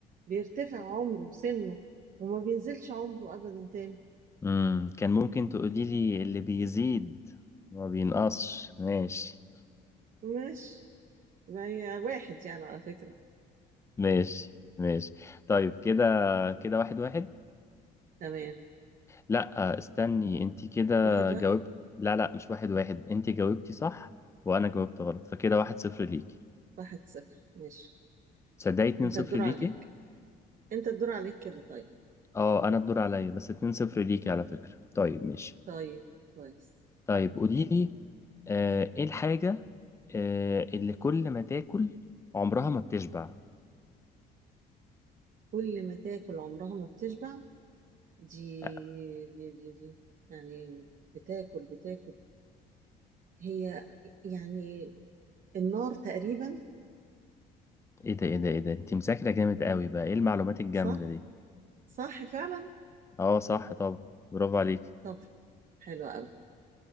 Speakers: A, on the right; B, on the left.
A: بيرتفع عمره سنه وما بينزلش عمره ابدا تاني
B: امم كان ممكن تقولي لي اللي بيزيد ما بينقصش ماشي
A: ماشي ما هي واحد يعني على فكرة
B: ماشي ماشي طيب كده كده واحد واحد
A: تمام
B: لا استني انت كده
A: واحد
B: جاوبت
A: واحد
B: لا لا مش واحد واحد انت جاوبتي صح وانا جاوبت غلط فكده واحد صفر ليكي
A: واحد صفر ماشي
B: تصدقي اتنين
A: انت
B: صفر
A: الدور
B: ليكي
A: عليك انت الدور عليك كده طيب
B: اه انا الدور عليا بس اتنين صفر ليكي على فكرة طيب ماشي
A: طيب كويس
B: طيب قولي لي آه ايه الحاجة آه اللي كل ما تاكل عمرها ما بتشبع
A: كل ما تاكل عمرها ما بتشبع دي
B: آه،
A: دي دي دي يعني بتاكل بتاكل هي يعني النار تقريبا
B: ايه ده ايه ده ايه ده انت مذاكرة جامد قوي بقى ايه المعلومات الجامدة
A: صح
B: دي
A: صح فعلا
B: اه صح طبعا برافو عليك
A: طب حلو قوي